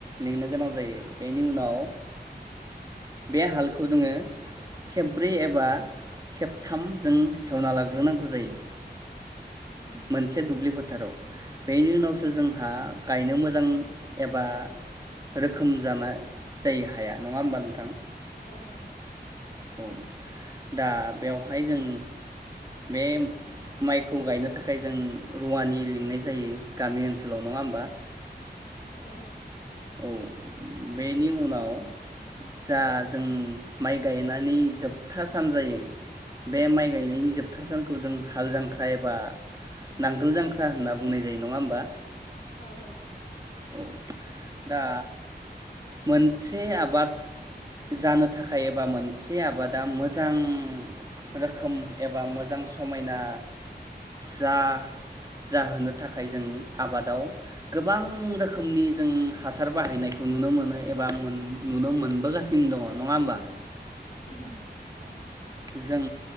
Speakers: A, on the right; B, on the left.
A: लिंनो गोनां जायो बेनि उनाव बे हालखौ जोङो खेबब्रै एबा खेबथाम जों एवना लाग्रोनांगौ जायो।
B: उम
A: मोनसे दुब्लिफोर फोथाराव बेनि उनावसो
B: औ
A: जोंहा गायनो मोजां एबा रोखोम जानाय जायो हाया नङा होमबा नोंथां
B: औ औ
A: औ दा बेवहाय जों बे माइखौ गायनो थाखाय जों रुवानि लिंनाय जायो गामि ओनसोलाव नङा होमबा
B: औ
A: औ बेनि उनाव जा जों माइ गायनायनि जोबथा सान जायो बे माइ गायनायनि जोबथा सानखौ जों हाल जांख्रा एबा नांगोल जांख्रा होनना बुंनाय जायो नङा होमबा
B: औ औ
A: औ दा मोनसे आबाद जानो थाखाय एबा मोनसे आबादा मोजां रोखोम एबा मोजां समायना जा जाहोनो थाखाय जों आबादाव गोबां गोबां रोखोमनि जों हासार बाहायनायखौ नुनो मोनो एबा नुनो मोनबोगासिनो दङ नङा होमबा
B: ओम औ
A: जों